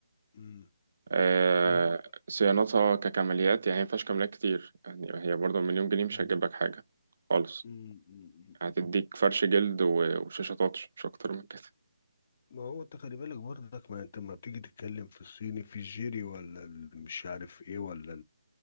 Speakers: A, on the left; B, on the right.
A: أمم.
B: آه،
A: ما هو
B: صيانتها ككماليات يعني مينفعش كماليات كتير يعني هي برضه مليون جنيه مش
A: أمم،
B: هتجيب لك حاجة خالص
A: أمم، أمم،
B: هتديك
A: أمم.
B: فرش جلد و- وشاشة تاتش مش أكتر من كده
A: ما هو انت خلي بالك برضك ما انت لما بتيجي تتكلم في الصيني في الجيري ولا ال- مش عارف ايه ولا